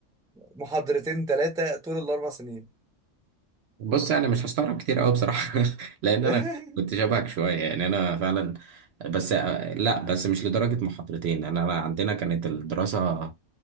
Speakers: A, in the centre; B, on the right.
A: محاضرتين ثلاثه طول الاربع سنين
B: بص يعني مش هستغرب كتير قوي بصراحه <laughs> لان
A: <laughs>
B: انا كنت شبهك شويه يعني انا فعلا بس لا بس مش لدرجه محاضرتين لان انا عندنا كانت الدراسه